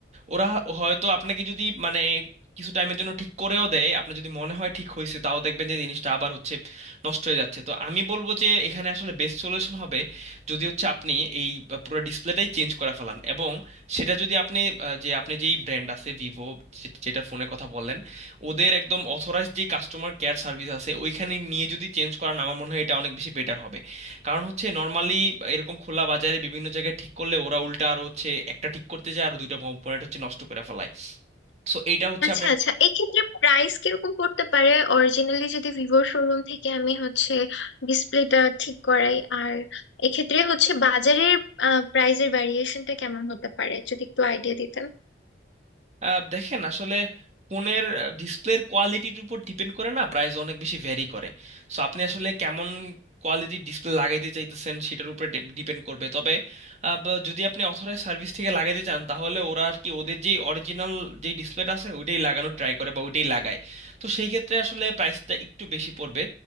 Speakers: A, on the right; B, on the left.
A: ওরা হয়তো আপনাকে যদি মানে কিছু টাইমের জন্য ঠিক করেও দেয় আপনার যদি মনে হয় ঠিক হয়েছে তাও দেখবেন যে জিনিসটা আবার হচ্ছে নষ্ট হয়ে যাচ্ছে তো আমি বলবো যে এখানে আসলে বেস্ট সলিউশন হবে যদি হচ্ছে আপনি এই পুরো ডিসপ্লেটাই চেঞ্জ করে ফেলান এবং সেটা যদি আপনি আহ, যে আপনি যেই ব্র্যান্ড আছে ভিভো যেটার ফোনের কথা বললেন ওদের একদম অথরাইজড যে কাস্টমার কেয়ার সার্ভিস আছে ওইখানে নিয়ে যদি চেঞ্জ করান আমার মনে হয় এটা অনেক বেশি বেটার হবে কারণ হচ্ছে নর্মালি এরকম খোলা বাজারে বিভিন্ন জায়গায় ঠিক করলে ওরা উল্টা আর হচ্ছে একটা ঠিক করতে যায় আর দুইটা কম্পোনেন্ট হচ্ছে নষ্ট করে ফেলায় সো এটা হচ্ছে
B: আচ্ছা
A: আপনার
B: আচ্ছা এক্ষেত্রে প্রাইস কিরকম পড়তে পারে অরিজিনালি যদি ভিভোর শোরুম থেকে আমি হচ্ছে ডিসপ্লেটা ঠিক করাই আর এক্ষেত্রে হচ্ছে বাজারের প্রাইসের ভ্যারিয়েশনটা কেমন হতে পারে যদি একটু আইডিয়া দিতেন
A: আহ, দেখেন আসলে ফোনের ডিসপ্লের কোয়ালিটির উপর ডিপেন্ড করে না প্রাইস অনেক বেশি ভ্যারি করে সো আপনি আসলে কেমন কোয়ালিটির ডিসপ্লে লাগাইতে চাইতেছেন সেটার উপরে ডিপেন্ড করবে তবে আহ, ব- যদি আপনি অথরাইজ সার্ভিস থেকে লাগাইতে চান তাহলে ওরা আর কি ওদের যে অরিজিনাল যে ডিসপ্লেটা আছে ওইটাই লাগানোর ট্রাই করে বা ওইটাই লাগায় তো সেই ক্ষেত্রে আসলে প্রাইসটা একটু বেশি পড়বে